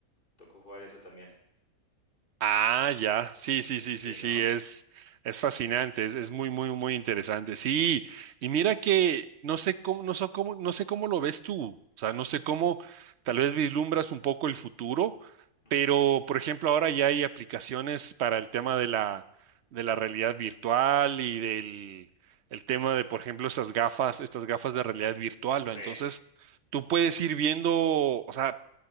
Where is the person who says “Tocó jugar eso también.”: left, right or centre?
Left